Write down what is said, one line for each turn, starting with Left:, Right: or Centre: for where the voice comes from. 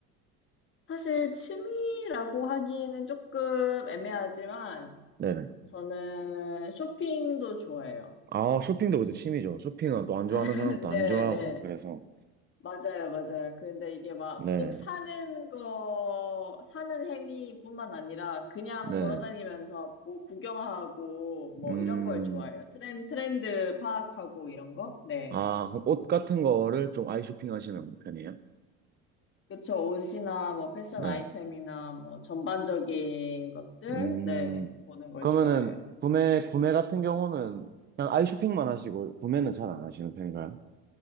Left: 사실 취미라고 하기에는 조금 애매하지만
Right: 네
Left: 저는 쇼핑도 좋아해요.
Right: 아, 쇼핑도 그죠. 취미죠. 쇼핑은 또 안 좋아하는
Left: <laughs>
Right: 사람도 안
Left: 네,
Right: 좋아하고,
Left: 네.
Right: 그래서.
Left: 맞아요, 맞아요. 근데 이게 막
Right: 네,
Left: 꼭 사는 거, 사는 행위뿐만 아니라 그냥
Right: 네.
Left: 돌아다니면서 뭐 구경하고 뭐
Right: 음,
Left: 이런 걸 좋아해요. 트렌, 트렌드 파악하고 이런 거? 네.
Right: 아, 그럼 옷 같은 거를 좀 아이 쇼핑 하시는 편이에요?
Left: 그쵸. 옷이나 뭐 패션
Right: 네.
Left: 아이템이나 뭐 전반적인 것들?
Right: 음,
Left: 네. 보는 걸
Right: 그러면은
Left: 좋아해요.
Right: 구매, 구매 같은 경우는 그냥 아이 쇼핑만 하시고, 구매는 잘 안 하시는 편인가요?